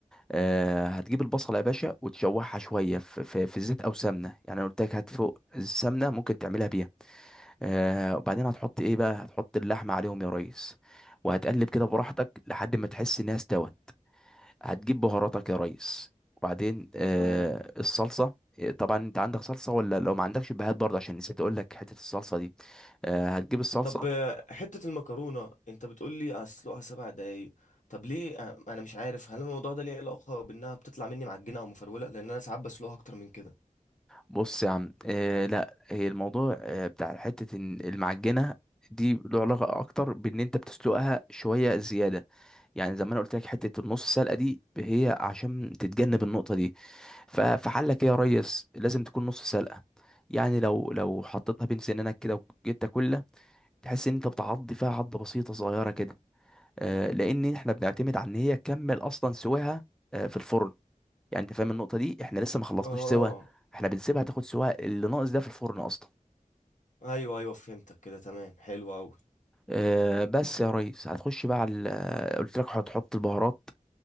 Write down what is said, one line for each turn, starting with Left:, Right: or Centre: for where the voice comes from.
Centre: آه هتجيب البصله يا باشا وتشوحها شويه في, في, في زيت او سمنه يعني أنا قلت لك هات فوق السمنه ممكن تعملها بيها آه وبعدين هتحط ايه بقى هتحط اللحمه عليهم يا ريس وهتقلب كده براحتك لحد ما تحس انها استوت هتجيب بهاراتك يا ريس وبعدين آه
Left: تمام
Centre: الصلصه آه، طبعا انت عندك صلصه ولا لو ما عندكش بهات برضه عشان نسيت اقول لك حته الصلصه دي آه هتجيب الصلصه
Left: طب آه، حتة المكرونة انت بتقول لي اسلقها سبع دقايق طب ليه آه، انا مش عارف هل الموضوع ده ليه علاقة بانها بتطلع مني معجنة او مفرولة لان انا ساعات بسلقها اكتر من كده
Centre: بص يا عم آه لا هي الموضوع آه بتاع حته إن المعجنه دي له علاقه اكتر بان انت بتسلقها شويه زياده يعني زي ما انا قلت لك حته النص سلقه دي هي عشان تتجنب النقطه دي ف- فحلك ايه يا ريس لازم تكون نص سلقه يعني لو لو حطيتها بين سنانك كده وجيت تاكلها تحس ان انت بتعض فيها عضه بسيطه صغيره كده آه، لان احنا بنعتمد على ان هي تكمل اصلا سواها آه، في الفرن يعني انت فاهم النقطه دي احنا لسه ما خلصناش
Left: اه
Centre: سوا احنا بنسيبها تاخد سوا اللي ناقص ده في الفرن اصلا
Left: ايوه ايوه فهمتك كده تمام حلو قوي
Centre: آه، بس يا ريس هتخش بقى على ال- آه، قلت لك هتحط البهارات